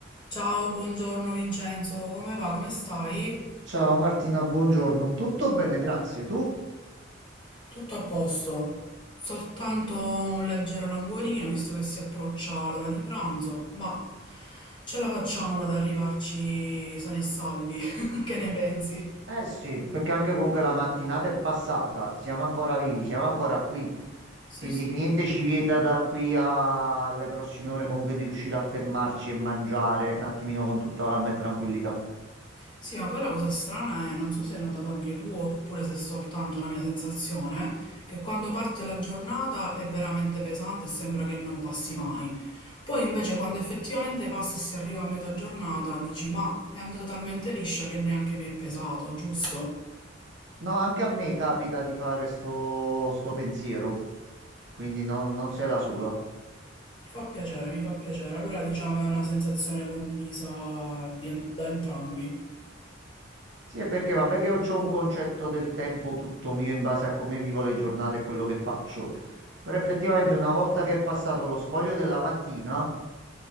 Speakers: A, on the left; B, on the right.
A: Ciao, buongiorno Vincenzo, come va? Come stai?
B: Ciao Martina, buongiorno. Tutto bene, grazie. Tu?
A: Tutto a posto, soltanto un leggero languorino visto che si approccia l'ora di pranzo, ma ce la facciamo ad arrivarci sani e salvi, <laughs> che ne pensi?
B: Eh sì, perché anche comunque la mattinata è passata, siamo ancora vivi, siamo ancora qui.
A: Sì,
B: Quindi
A: sì.
B: niente ci vieta da qui a- alle prossime ore comunque di riuscire a fermarci e mangiare un attimino con tutta calma e tranquillità.
A: Sì, ma poi la cosa strana è, non so se hai notato anche tu oppure se è soltanto una mia sensazione, che quando parte la giornata è veramente pesante e sembra che non passi mai. Poi invece quando effettivamente passa e si arriva a metà giornata dici ma è andata talmente liscia che neanche mi è pesato, giusto?
B: No, anche a me capita di fare sto, sto pensiero, quindi non, non sei la sola.
A: Mi fa piacere, mi fa piacere. Allora diciamo è una sensazione condivisa di en- da entrambi.
B: Sì, è perché vabbè che io ho un concetto del tempo tutto mio in base a come vivo le giornate e quello che faccio. Però effettivamente una volta che è passato lo scoglio della mattina,